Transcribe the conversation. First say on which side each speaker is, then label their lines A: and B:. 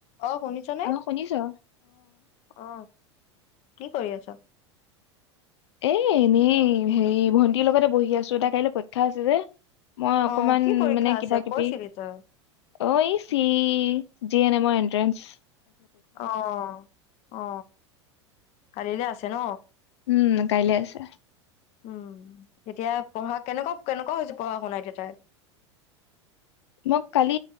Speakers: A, on the left; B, on the left.
A: অ শুনিছনে
B: অ শুনিছ অ'।
A: অ কি কৰি আছ?
B: এ এনেই হেৰি ভণ্টিৰ লগতে বহি আছো তাইৰ কাইলৈ পৰীক্ষা আছে যে। মই
A: অ
B: অকমান
A: কি পৰীক্ষা
B: মানে
A: আছে
B: কিবা-কিবি,
A: কৈছিলি তই
B: অ ই চি জি এন এমৰ এণ্ট্ৰেস।
A: অ'হ। অ'হ। কালিলৈ আছে ন?
B: উম কাইলে আছে।
A: উম এতিয়া পঢ়া কেনেকুৱা কেনেকুৱা হৈছে পঢ়া শুনা এতিয়া তাইৰ।
B: মই কালি